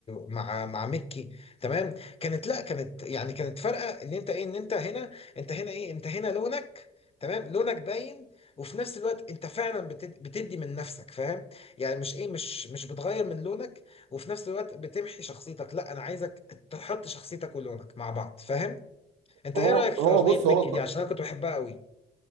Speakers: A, on the left; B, on the right.
A: مع مع ميكي تمام كانت لا كانت يعني كانت فارقه ان انت ايه ان انت هنا انت هنا ايه انت هنا لونك تمام لونك باين وفي نفس الوقت انت فعلا بتد- بتدي من نفسك فاهم يعني مش ايه مش مش بتغير من لونك وفي نفس الوقت بتمحي شخصيتك لا انا عايزك تحط شخصيتك ولونك مع بعض فاهم انت
B: هو
A: ايه رايك في
B: هو
A: اغنيه
B: بص
A: ميكي
B: هو
A: دي عشان انا كنت بحبها قوي